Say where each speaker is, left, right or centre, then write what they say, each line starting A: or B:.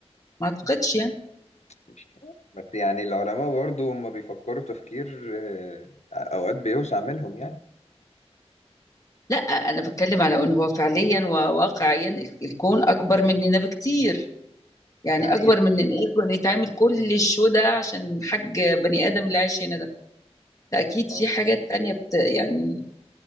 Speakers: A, on the left (about 30°); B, on the left (about 85°).
A: ما اعتقدش يعني
B: مش عارف. بس يعني العلماء برضو هم بيفكروا تفكير آه، اوقات بيوسع منهم يعني
A: لا انا بتكلم على ان هو فعليا وواقعيا ال- الكون اكبر مننا بكتير يعني
B: دي حقيقة
A: اكبر من ان ايه كنا يتعمل كل الشو ده عشان حاج بني ادم اللي عايش هنا ده فاكيد في
B: آه،
A: حاجات تانية بت يعني